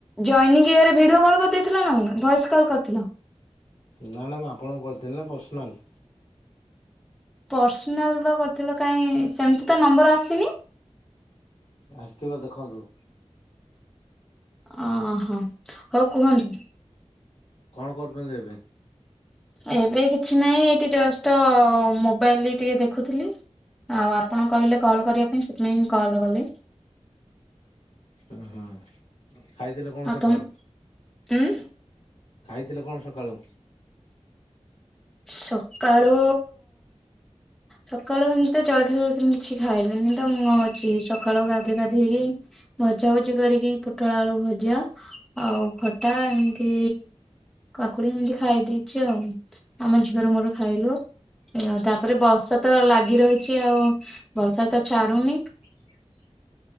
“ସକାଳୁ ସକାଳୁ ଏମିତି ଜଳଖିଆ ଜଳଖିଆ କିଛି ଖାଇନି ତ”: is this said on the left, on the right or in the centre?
Centre